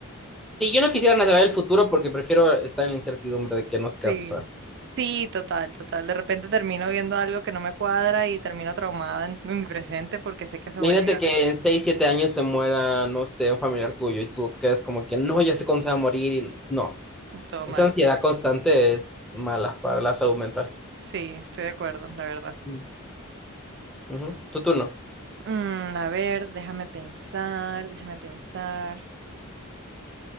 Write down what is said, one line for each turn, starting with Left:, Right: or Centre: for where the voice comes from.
Centre: Sí, yo no quisiera ni saber el futuro porque prefiero estar en la incertidumbre de que no sé qué
Right: Sí.
Centre: va a pasar.
Right: Sí, total, total. De repente termino viendo algo que no me cuadra y termino traumada en, en mi presente porque sé que eso
Centre: Imagínate
Right: va a llegar.
Centre: que en 6 7 años se muera, no sé, un familiar tuyo y tú quedas como que no, ya sé cuándo se va a morir y no. no.
Right: Todo
Centre: Esa
Right: mal.
Centre: ansiedad constante es mala para la salud mental.
Right: Sí, estoy de acuerdo, la verdad.
Centre: Mm. Ujú. Tu turno.
Right: Mm, a ver, déjame pensar, déjame pensar.